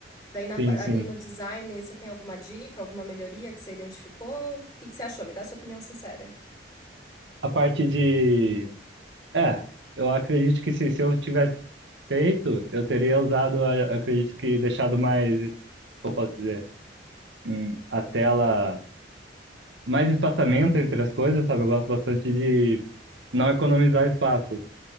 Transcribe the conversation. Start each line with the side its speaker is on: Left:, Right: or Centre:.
Left: Daí na
Right: Sim,
Left: pa-
Right: sim.
Left: ali no design, você tem alguma dica, alguma melhoria que você identificou? O que que você achou? Me dá sua opinião sincera.
Right: A parte de. É, eu acredito que se, se eu tivesse feito, eu teria usado, a- acredito que deixado mais, como posso dizer, hum, a tela, mais espaçamento entre as coisas, sabe? Eu gosto bastante de não economizar espaço.